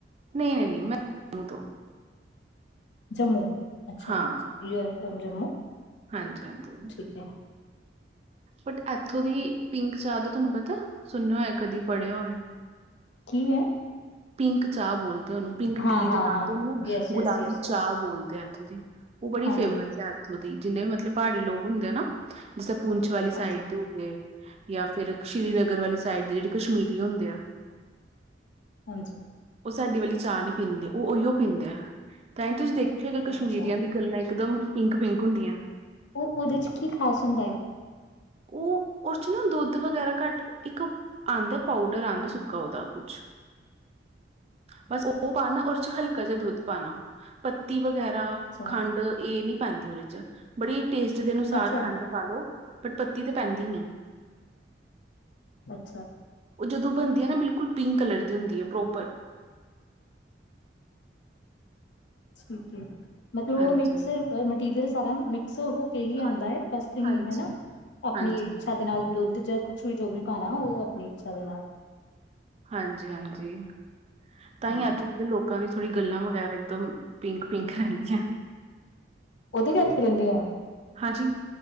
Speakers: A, on the right; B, on the left.
A: ਨਈਂ-ਨਈਂ ਮੈਂ ਜੰਮੂ ਤੋਂ।
B: ਜੰਮੂ ਅਛਾ,
A: ਹਾਂ
B: ਯੂ ਐਫ ਫਰੋਮ ਜੰਮੂ?
A: ਹਾਂਜੀ-ਹਾਂਜੀ।
B: ਠੀਕ ਹੈ
A: ਬਟ ਇਥੋ ਦੀ ਪਿੰਕ ਚਾਹਦ ਤੁਆਨੂੰ ਪਤਾ, ਸੁਣਿਆ ਹੋਇਆ ਕਦੀ ਪੜ੍ਹਿਆ ਹੋਏ?
B: ਕੀ ਐ
A: ਪਿੰਕ ਚਾਹ ਬੋਲਦੇ ਓਨੂੰ। ਪਿੰਕ
B: ਹਾਂ
A: ਟੀ
B: ਹਾਂ
A: ਦੇ ਨਾਂ
B: ਹਾਂ
A: ਤੇ ਨਾ,
B: ਯੈਸ
A: ਗੁਲਾਬੀ
B: ਯੈਸ ਯੈਸ
A: ਚਾਹ
B: ਯੈਸ
A: ਬੋਲਦੇ ਆ ਏਥੋ ਦੀ ਓ ਬੜੀ
B: ਹਾਂਜੀ
A: ਫੇਮਸ ਐ। ਉਥੋ ਦੀ ਜਿਨੇ ਵੀ ਮਤਲਬ ਪਹਾੜੀ ਲੋਕ ਹੁੰਦੇ ਨਾ, ਜਿਥੇ ਪੁੰਛ ਵਾਲੀ
B: ਹਾਂਜੀ
A: ਸਾਈਡ ਦੇ- ਤੇ ਜਾਂ ਫੇਰ ਸ਼੍ਰੀਨਗਰ ਵਾਲੀ ਸਾਈਡ ਦੇ ਜੇੜੇ ਕਸ਼ਮੀਰੀ ਹੁੰਦੇ ਆ।
B: ਹਾਂਜੀ।
A: ਓ ਸਾਡਡੀ ਵਾਲੀ ਚਾਹ ਨੀ ਪੀਦੇ, ਓ ਓਈਓ ਪੀਦੇ ਆ ਤਾਂਹੀ ਤੁਸੀ ਦੇਖ- ਕਸ਼ਮੀਰੀਆਂ
B: ਅੱਛਾ
A: ਦੀ ਗੱਲਾਂ ਇਕਦਮ ਪਿੰਕ-ਪਿੰਕ ਹੁੰਦੀਆਂ।
B: ਓ ਓਦੇ ਕੀ ਖਾਸ ਹੁੰਦੈ?
A: ਓ ਓਦੇ 'ਚ ਨਾ ਦੁੱਧ ਵਗੈਰਾ ਘੱਟ ਇਕ ਆਂਦਾ ਪਾਊਡਰ ਆਂਦਾ ਸੁੱਕਾ ਓਦਾ ਕੁਛ ਬਸ ਓ ਪਾਣਾ ਓਦੇ 'ਚ ਹਲਕਾ ਜੇਆ ਦੁੱਧ ਪਾਣਾ ਪੱਤੀ ਵਗੈਰਾ-
B: ਅੱਛਾ
A: ਖੰਡ ਏ ਨੀਂ ਪੈਂਦੀ ਓਦੇ 'ਚ, ਬੜੀ ਟੇਸਟ ਦੇ ਅਨੁਸਾਰ
B: ਅੱਛਾ
A: ਖੰਡ ਪਾ ਲਓ। ਬਟ ਪੱਤੀ ਤਾਂ ਪੈਂਦੀ ਨੀਂ।
B: ਅਛਾ।
A: ਓ ਜਦੋ ਬਣਦੀ ਐਨਾ ਬਿਲਕੁਲ ਪਿੰਕ ਕਲਰ ਦੀ ਹੁੰਦੀ ਐ ਪ੍ਰੋਪਰ।
B: ਠੀਕ ਏ, ਮਤਲਬ
A: ਹਾਂਜੀ
B: ਓ ਮਿਕਸ ਮਟੀਰੀਅਲ ਸਾਰਾ ਮਿਕਸ ਓਹ ਏਹੀ
A: ਹਾਂ
B: ਆਂਦਾ ਏ ਬਸ, ਤੁਸੀ
A: ਹਾਂਜੀ
B: ਹੈਨਾ ਅਪਣੀ
A: ਹਾਂਜੀ
B: ਇੱਛਾ
A: ਹਾਂਜੀ
B: ਦੇ ਨਾਲ ਦੁੱਧ ਜਾਂ- ਛ ਜੋਵੀ ਪਾਣਾ, ਓ ਅਪਣੀ ਇਛਾ ਦੇ ਨਾਲ-
A: ਹਾਂਜੀ- ਹਾਂਜੀ ਤਾਂ
B: ਹਮ
A: ਹੀ ਅੱਥ- ਲੋਕਾਂ ਦੀ ਥੋੜ੍ਹੀ ਗੱਲਾਂ ਵਗੈਰਾ ਇਕਦਮ ਪਿੰਕ-ਪਿੰਕ ਰੈਂਦੀਆਂ।
B: ਓਦੇ ਕਰਕੇ ਰੈਂਦੀਆਂ?
A: ਹਾਂਜੀ,